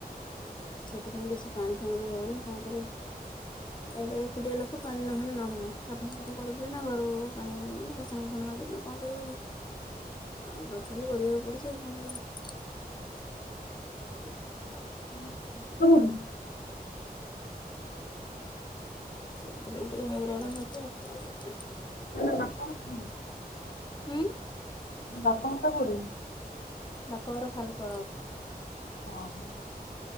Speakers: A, on the left (about 30°); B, on the left (about 75°).
A: ସେଥିପାଇଁ ବେଶୀ ପାଣି ଫାଣି ହଉନି କଣ କରିବ। ଏକୁଟିଆ ଲୋକ ପାଣି ନହେଲେ ନହବ। ସଫାସୁଫିଚ କରିବୁନିନା ଘରୁ ପାଣି ଆଣିବୁନିନା ବାସନ ଫାସନ ମାଜିବୁନୁ କଣ କରିବୁନି ଆଉ ତଥାପି କରିବାକୁ ପଡ଼ୁଚି ଆଉ କଣ କରିବ। <unintelligible>
B: <unintelligible>
A: ସେଇଥିପାଇଁ ଟିକେ ହଇରାଣ ମତେ ଆଉ <unintelligible>
B: <unintelligible>
A: ହୁଁ।
B: ବାପାଘରଟା କୋଉଠି?
A: ବାପା ଘର ଖାଲପାଳ।
B: ଓହୋ।